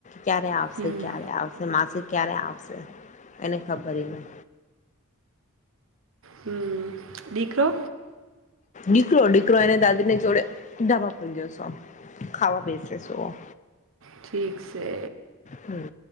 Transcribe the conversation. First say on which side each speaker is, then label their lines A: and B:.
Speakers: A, on the left; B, on the right.
A: ક્યારે આવશે
B: હમ
A: ક્યારે આવશે માસિ. ક્યારે આવશે, એને ખબર ન.
B: હમ દીકરો.
A: દીકરો દીકરો એને દાદી ને જોડે ડાબા પણ જશો. ખાવા બેસે સો.
B: ઠીક છે.
A: હમ